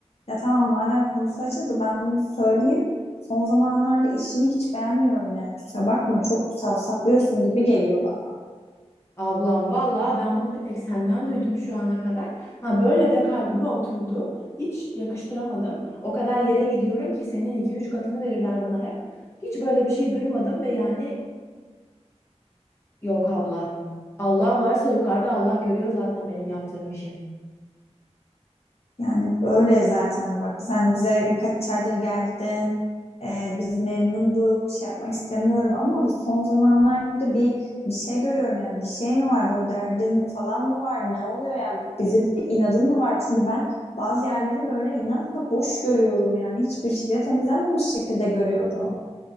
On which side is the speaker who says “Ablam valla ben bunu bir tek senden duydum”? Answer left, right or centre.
Left